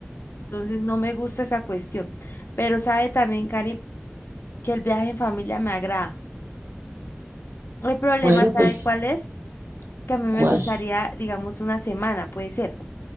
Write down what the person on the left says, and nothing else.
entonces no me gusta esa cuestión. Pero sabe también, Karim, que el viaje en familia me agrada. El problema,
¿sabe
cuál es? Que a mí me
gustaría, digamos, una semana, puede ser.